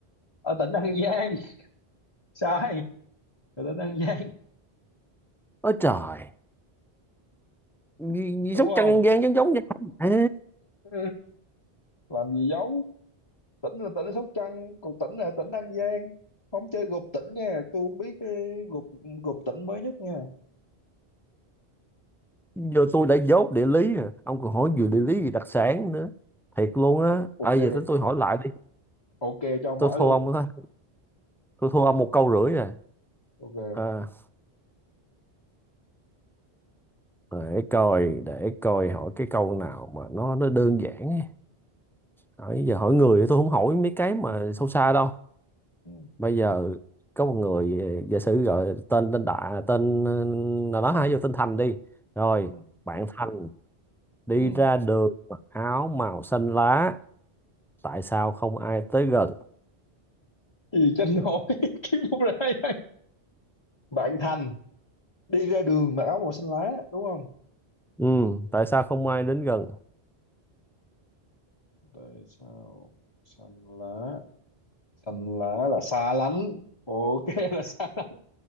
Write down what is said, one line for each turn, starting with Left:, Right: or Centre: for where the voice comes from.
Left: ở tỉnh An Giang sai ở tỉnh An Giang
Centre: ôi trời gì, gì
Left: đúng
Centre: Sóc
Left: không
Centre: Trăng An Giang giống giống nhau à,
Left: Ừ, làm gì giống tỉnh là tỉnh ở Sóc Trăng còn tỉnh là tỉnh An Giang không chơi gộp tỉnh nha tôi không biết cái gộp gộp tỉnh mới nhất nha
Centre: giờ tôi đã dốt địa lý rồi ông còn hỏi vừa địa lý gì đặc sản nữa thiệt luôn á
Left: ok
Centre: à, giờ tới tôi hỏi lại đi
Left: ok cho mỏi
Centre: tôi thua
Left: luôn
Centre: ông đó tôi thua ông một câu rưỡi rồi
Left: ok
Centre: à, để coi để coi hỏi cái câu nào mà nó nó đơn giản ấy. hỏi giờ hỏi người thì tôi không hỏi mấy cái mà sâu xa đâu
Left: ừ.
Centre: bây giờ có một người giả sử gọi tên tên đại tên nào đó hay vô tên Thành đi rồi
Left: Ừ.
Centre: bạn Thành đi
Left: Ừ.
Centre: ra đường mặc áo màu xanh lá tại sao không ai tới gần
Left: gì cho nổi <laughs> kiếm một ra đây. bạn Thành đi ra đường mặc áo màu xanh lá đúng không
Centre: ừ, tại sao không ai đến gần
Left: Đây sao xanh lá xanh lá là xa lánh ok <laughs> là xa lánh